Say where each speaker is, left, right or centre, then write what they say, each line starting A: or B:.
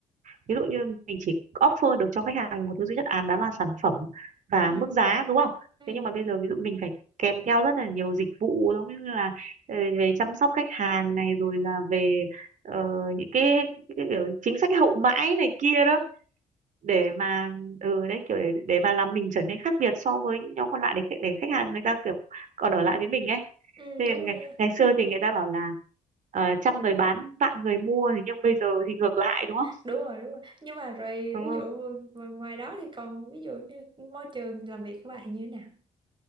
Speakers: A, on the right; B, on the right.
A: ví dụ như mình chỉ offer được cho khách hàng một thứ duy nhất án đó là sản phẩm và
B: ừ
A: mức giá đúng không
B: ừ
A: thế nhưng mà bây giờ ví dụ mình phải kèm theo rất là nhiều dịch vụ giống như là ờ, về chăm sóc khách hàng này rồi là về ờ, những cái, cái kiểu chính sách hậu mãi này kia
B: ừ
A: đó để mà ừ đấy kiểu để để mà làm mình trở nên khác biệt so với những nhóm còn lại để khách- để khách hàng người ta kiểu còn ở lại với mình ấy
B: ừ
A: thế
B: đúng
A: ngày,
B: rồi
A: ngày xưa thì người ta bảo là ờ, trăm người bán vạn người mua thế nhưng bây giờ thì ngược lại đúng không
B: đúng rồi đúng rồi nhưng mà rồi
A: Ừ,
B: ví dụ ngoài đó thì còn ví dụ như môi trường làm việc của bạn thì như thế nào